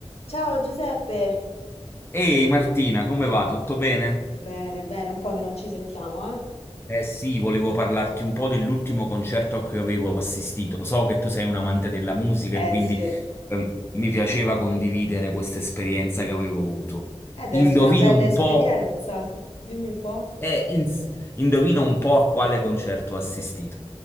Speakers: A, on the left; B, on the left.
A: Ciao Giuseppe!
B: Ehi Martina, come va? Tutto bene?
A: Bene, bene, un po' che non ci sentiamo, eh?
B: Eh sì, volevo parlarti un po' dell'ultimo concerto a cui avevo assistito. So che tu sei un amante della musica
A: Eh
B: e quindi
A: sì, eh,
B: ehm, mi piaceva condividere questa esperienza che avevo avuto.
A: deve
B: Indovina
A: essere una bella
B: un
A: esperienza.
B: po',
A: Dimmi un po'.
B: eh, ins- indovina un po' a quale concerto ho assistito.